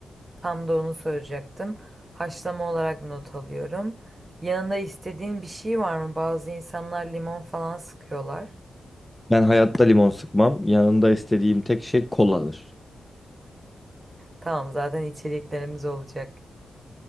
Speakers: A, on the right (about 30°); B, in the centre.
A: Tam da onu soracaktım. Haşlama olarak not alıyorum. Yanında istediğin bir şey var mı? Bazı insanlar limon falan sıkıyorlar.
B: Ben hayatta limon sıkmam. Yanında istediğim tek şey koladır.
A: Tamam zaten içeceklerimiz olacak.